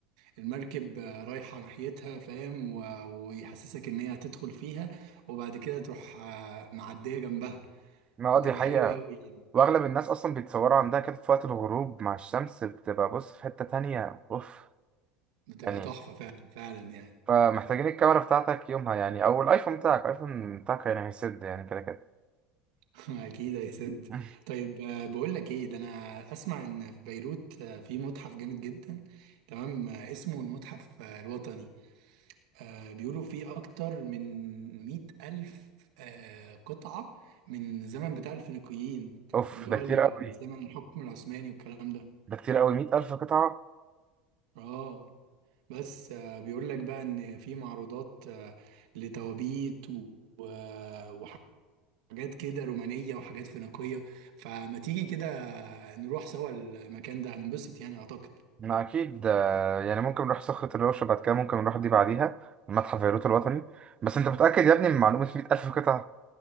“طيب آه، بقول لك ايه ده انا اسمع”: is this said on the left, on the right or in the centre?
Right